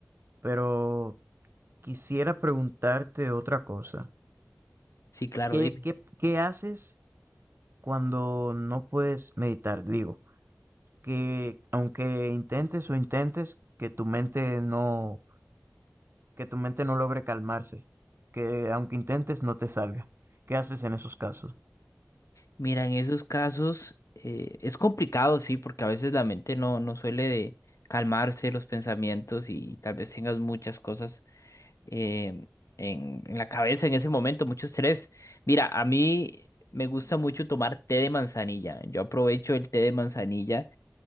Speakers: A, on the right (about 50°); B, on the left (about 80°).
A: Pero quisiera preguntarte otra cosa.
B: Sí, claro,
A: ¿Qué,
B: dime.
A: qué, qué haces cuando no puedes meditar? Digo, que aunque intentes o intentes, que tu mente no, que tu mente no logre calmarse, que aunque intentes no te salga. ¿Qué haces en esos casos?
B: Mira, en esos casos eh, es complicado, sí, porque a veces la mente no, no suele de calmarse los pensamientos y tal vez tengas muchas cosas eh, en, en la cabeza en ese momento, mucho estrés. Mira, a mí me gusta mucho tomar té de manzanilla. Yo aprovecho el té de manzanilla